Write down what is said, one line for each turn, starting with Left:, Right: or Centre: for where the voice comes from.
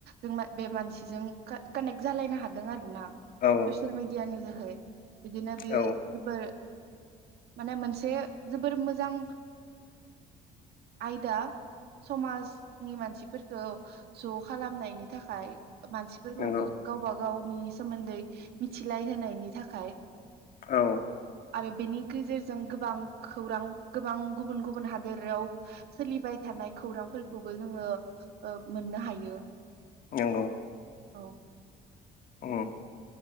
Right: जों बे मानसिजों का-कानेक्ट जालायनो हादों आरो ना।
Left: औ
Right: ससियेल मिडियानि नि जो है। बिदिनो बियो
Left: औ
Right: जोबोर माने मोनसे जोबोर मोजां आयदा समाजनि मानसिफोरखौ ज' खालामनायनि थाखाय मान जोङो
Left: नंगौ
Right: गावबा गाव नि सोमोन्दै मिथिलाय होनायनि थाखाय
Left: औ
Right: आरो बेनि गेजेरजों गोबां खौरां गोबां गुबुन गुबुन हादोराव सोलिबाय थानाय खौरांफोरखौबो जोङो मोननो हायो।
Left: नंगौ
Right: औ
Left: उम